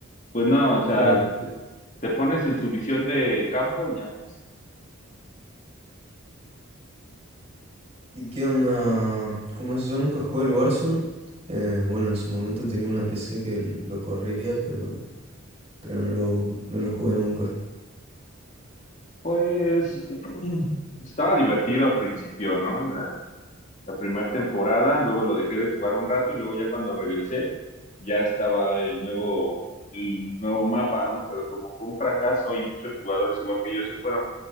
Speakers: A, on the left; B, on the right.
A: pues no, o sea,
B: claro.
A: te, te pones en su visión de campo y ya pues
B: ¿Y qué onda? Como es, yo nunca jugué al Warzone. eh, bueno, en su momento tenía una PC que l- lo corría, pero, pero no lo, no lo jugué nunca.
A: Pues <clears throat> estaba divertido al principio, ¿no? La, la primera temporada, luego lo dejé de jugar un rato y luego ya cuando regresé ya estaba el nuevo, el nuevo mapa, ¿no? Pero como fue un fracaso y muchos jugadores igual que yo se fueron